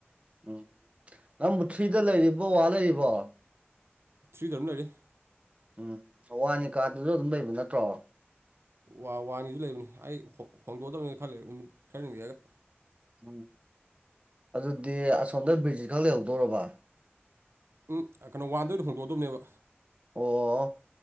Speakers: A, on the right; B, on the right.
A: ꯎꯝ ꯅꯪꯕꯨ ꯊ꯭ꯔꯤꯗ ꯂꯩꯔꯤꯕꯣ ꯑꯥ ꯂꯩꯔꯤꯕꯣ
B: ꯊ꯭ꯔꯤꯗ ꯑꯗꯨꯝ ꯂꯩꯔꯤ
A: ꯎꯝ ꯋꯥꯟꯒꯤ ꯀꯥꯗꯨꯗ ꯑꯗꯨꯝ ꯂꯩꯕ ꯅꯠꯇ꯭ꯔꯣ
B: ꯋꯥ ꯋꯥꯟꯒꯤꯖꯨ ꯂꯩꯕꯅꯤ ꯑꯩ ꯍꯣꯡ ꯍꯣꯡꯗꯣꯛꯑꯗꯕꯅꯤ ꯈꯔꯂꯩ ꯅꯨꯃꯤꯠ ꯈꯔꯅꯤ ꯂꯩꯔꯒ
A: ꯎꯝ ꯑꯗꯨꯗꯤ ꯑꯁꯣꯝꯗ ꯕ꯭ꯔꯤꯖꯤꯠ ꯈꯛ ꯂꯩꯍꯧꯗꯣꯔꯕ
B: ꯎꯝ ꯑꯥ ꯀꯩꯅꯣ ꯋꯥꯟꯗ ꯑꯣꯏꯅ ꯍꯣꯡꯗꯣꯛꯑꯗꯕꯅꯦꯕ
A: ꯑꯣ